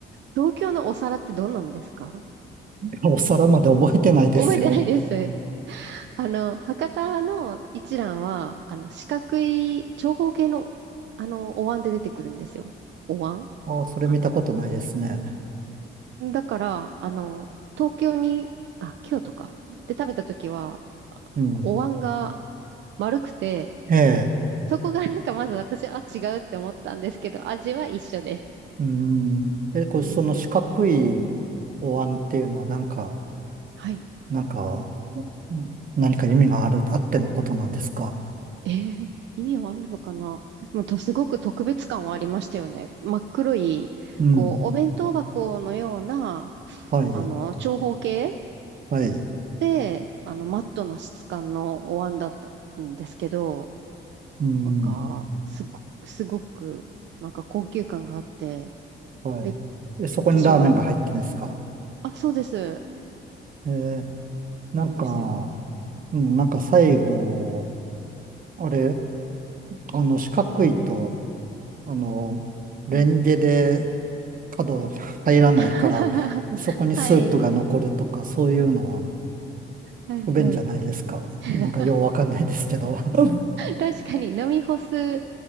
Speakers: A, on the right (about 65°); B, on the right (about 45°).
A: 東京のお皿ってどんなんですか
B: やお皿まで覚えてないですよ。
A: 覚えてないです。<laughs> あの、博多の一蘭は、あの、四角い長方形の、あの、お椀で出てくるんですよ。お椀
B: ああ、それ見たことないですね。
A: あの、だから、あの、東京に、あ、京都か。で食べた時は、
B: うん。
A: お椀が丸くて、
B: ええ。
A: そこがなんかまず私、あ、違うって思ったんですけど、味は一緒です。
B: うん。え、これ、
A: うん。
B: その四角いお椀っていうのはなんか、
A: はい。
B: なんか、うん何か意味がある、
A: と、
B: あってのことなんですか
A: えー意味はあるのかなでもと、すごく特別感はありましたよね。真っ黒い、
B: うん。
A: こう、お弁当箱のような、
B: はい。
A: あの、長方形
B: はい。
A: で、あの、マットな質感のお椀だったんですけど、
B: うん。
A: なんか、すご、すごく、なんか高級感があって、
B: はい。
A: で、
B: え、そこにラーメンが入ってんですか
A: 私は、あ、そうです、
B: えーなんか、
A: なんですよ。
B: うん、なんか最後、あれ、あの、四角いと、あの、レンゲで
A: うん。
B: 角入らないから、
A: <laughs>
B: そこにスープが残るとか、
A: はい、
B: そういうのは
A: はい、
B: 不便じゃないですか。
A: はい。<laughs>
B: なんかようわかんないですけど。<laughs>
A: 確かに飲み干す